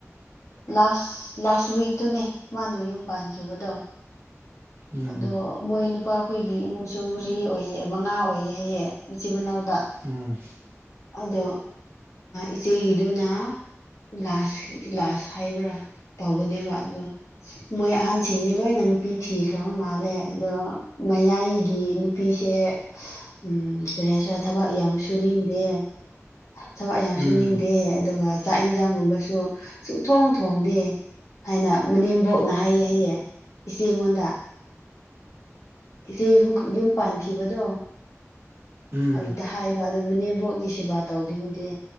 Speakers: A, on the left (about 80°); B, on the right (about 50°).
A: ꯂꯥꯁ ꯂꯥꯁ ꯋꯤꯛꯇꯨꯅꯦ ꯃꯥꯅ ꯌꯨꯝ ꯄꯥꯟꯈꯤꯕꯗꯣ
B: ꯎꯝ
A: ꯑꯗꯣ ꯃꯣꯏ ꯅꯨꯄꯥꯈꯣꯏꯒꯤ ꯏꯃꯨꯡꯁꯨ ꯃꯔꯤ ꯑꯣꯏꯌꯦ ꯃꯉꯥ ꯑꯣꯏ ꯍꯥꯏꯌꯦ ꯖꯤꯕꯅꯗ
B: ꯎꯝ
A: ꯑꯗꯣ ꯏꯆꯦꯒꯤꯗꯨꯅ ꯂꯥꯁ ꯂꯥꯁ ꯍꯥꯏꯕ꯭ꯔꯥ ꯇꯧꯕꯅꯦꯕ ꯑꯗꯣ ꯃꯣꯏ ꯑꯍꯟꯁꯤꯡꯗꯤ ꯂꯣꯏꯅ ꯅꯨꯄꯤ ꯊꯤꯈ꯭ꯔ ꯈꯔ ꯃꯥꯜꯂꯦ ꯑꯗꯣ ꯃꯌꯥꯏꯒꯤ ꯅꯨꯄꯤꯁꯦ ꯎꯝ ꯔꯔꯦꯁꯔꯥ ꯊꯕꯛ ꯌꯥꯝ ꯁꯨꯅꯤꯡꯗꯦ ꯊꯕꯛ ꯌꯥꯝ
B: ꯎꯝ
A: ꯁꯨ ꯅꯤꯡꯗꯦ ꯑꯗꯨꯒ ꯆꯥꯛ ꯌꯦꯟꯁꯥꯡꯒꯨꯝꯕꯁꯨ ꯁꯨꯛ ꯊꯣꯡ ꯊꯣꯡꯗꯦ ꯍꯥꯏꯅ ꯃꯅꯦꯝꯕꯣꯛꯅ ꯍꯥꯏꯌꯦ ꯍꯩꯌꯦ ꯏꯆꯦ ꯑꯩꯉꯣꯟꯗ ꯏꯆꯦ ꯌ ꯌꯨꯝ ꯄꯥꯟꯈꯤꯕꯗꯣ
B: ꯎꯝ ꯎꯝ
A: ꯑꯗꯨꯗ ꯍꯥꯏꯕ ꯑꯗꯨ ꯃꯅꯦꯝꯕꯣꯛꯀꯤ ꯁꯦꯕꯥ ꯇꯧꯅꯤꯡꯗꯦ